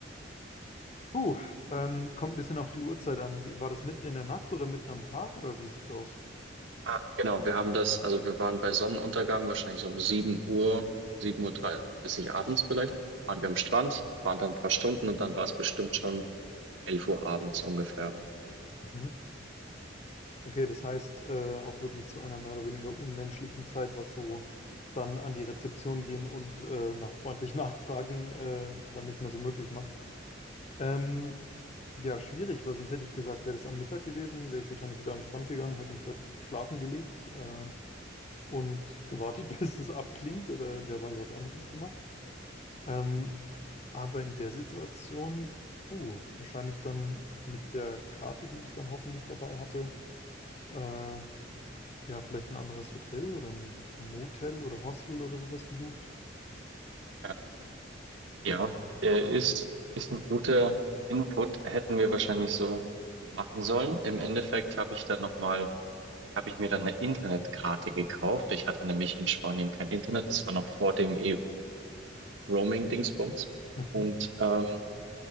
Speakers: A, on the left; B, on the right.
A: Puh, ähm, kommt ein bisschen auf die Uhrzeit an. Wie- War das mitten in der Nacht oder mitten am Tag oder wie sieht's aus?
B: Ah, genau, wir haben das, also wir waren bei Sonnenuntergang, wahrscheinlich so um sieben Uhr, 7 Uhr dreißig abends vielleicht, waren wir am Strand, waren dann ein paar Stunden und dann war es bestimmt schon elf Uhr abends ungefähr.
A: Mhm. Okay, das heißt äh, auch wirklich zu einer mehr oder weniger unmenschlichen Zeit, was so dann an die Rezeption gehen und äh, nach freundlich <laughs> nachfragen äh, dann nicht mehr so möglich macht. Ähm, ja, schwierig, weil sonst hätte ich gesagt, wäre das am Mittag gewesen, wäre ich wahrscheinlich wieder an den Strand gegangen, hätte mich dazu schlafen gelegt äh, und gewartet, <laughs> bis es abklingt oder derweil was anderes gemacht. Ähm, aber in der Situation, puh, wahrscheinlich dann mit der Karte, die ich dann hoffentlich dabei hatte, äh, ja, vielleicht ein anderes Hotel oder ein Motel oder Hostel oder sowas gesucht.
B: Ja, ja äh, ist, ist ein guter Input, hätten wir wahrscheinlich so machen sollen. Im Endeffekt habe ich dann nochmal, habe ich mir dann eine Internetkarte gekauft. Ich hatte nämlich in Spanien kein Internet, das war noch vor dem EU-Roaming-Dingsbums.
A: Mhm.
B: Und äh,